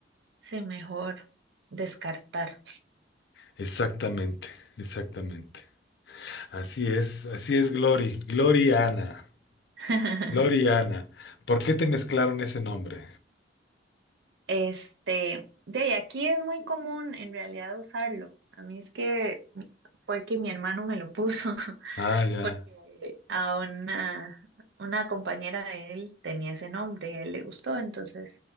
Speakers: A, on the right; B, on the left.
A: sí, mejor descartar.
B: Exactamente, exactamente. Así es, así es, Glory. Glory Ana.
A: <laughs>
B: Gloriana. ¿Por qué te mezclaron ese nombre?
A: Este, de ahí, aquí es muy común en realidad usarlo. A mí es que fue que mi hermano me lo puso. <laughs>
B: Ah, ya.
A: porque a una, una compañera de él tenía ese nombre y a él le gustó, entonces